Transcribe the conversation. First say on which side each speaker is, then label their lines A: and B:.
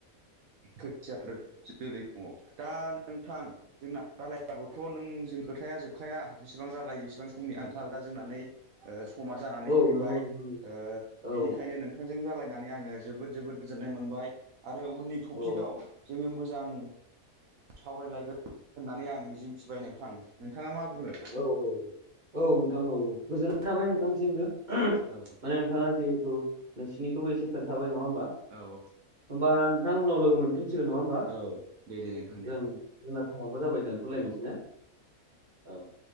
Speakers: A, on the right; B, on the right.
A: खुसियाफोर जोलै दङ दा नोंथां जोंना रायलायबाबोथ' नों जों खोथाया जोब खाया बिसिबां रालायो बेसिबां समनि आंखाल दा जोंना नै ओ समा जानानै
B: औ
A: फैबाय
B: नंगौ नंगौ
A: ओ
B: औ
A: बिनिखायनो नोंथांजों रालायनानै आङो जोबोद जोबोद गोजोननाय मोनबाय आरो उननि टपिकआव
B: औ
A: जोङो मोजां सावरायलायगोन होननानै आं मिजिंथिबाय नोंथां। नोंथाङा मा बुङो?
B: औ औ औ नोंथां। औ गोजोननाय थाबाय नोंथांनिसिमनबो।
A: औ
B: माने नोंथाङा जिहेथु नोंसिनिखौबो एसे खोनथाबाय नङा होमबा।
A: औ
B: होमबा नोंथां उनाव लोगो मोनफिनसिगोन। नङा होमबा
A: औ दे दे नोंथां दे
B: जों जोंना समावबो जाबाय दोनथ'लायनोसै
A: औ
B: ना? औ।